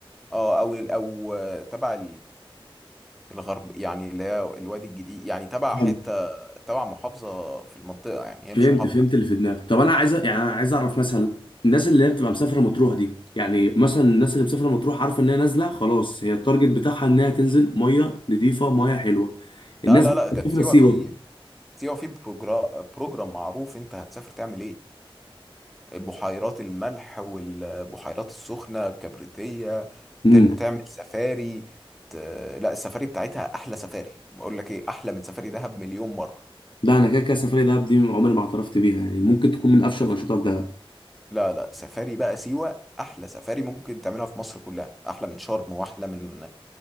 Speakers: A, in the centre; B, on the left.
A: اه او او آه، تبع الغرب يعني اللي هي الوادي الجديد يعني تبع حتة
B: فاهم
A: تبع محافظة في المنطقة يعني هي مش
B: فهمت
A: محافظة
B: فهمت
A: يعني
B: اللي في دماغك طب أنا عايز أ- يعني أنا عايز أعرف مثلا الناس اللي هي بتبقى مسافرة مطروح دي يعني مثلا الناس اللي مسافرة مطروح عارفة إن هي نازلة خلاص هي التارجت بتاعها إنها تنزل مية نضيفة مية حلوة الناس
A: لا لا
B: دي
A: لا ده
B: مسافرة
A: في سيوة
B: سيوة
A: في في سيوة في بروجرا- بروجرام معروف انت هتسافر تعمل ايه بحيرات الملح والبحيرات السخنة الكبريتية
B: امم
A: تر- تعمل سفاري ت... لا السفاري بتاعتها احلى سفاري بقول لك ايه احلى من سفاري دهب مليون مرة
B: لا أنا كده كده سفرية دهب دي عمري ما اعترفت بيها يعني ممكن تكون من أفشل
A: سف...
B: الأنشطة في دهب
A: لا لا سفاري بقى سيوة احلى سفاري ممكن تعملها في مصر كلها احلى من شرم واحلى من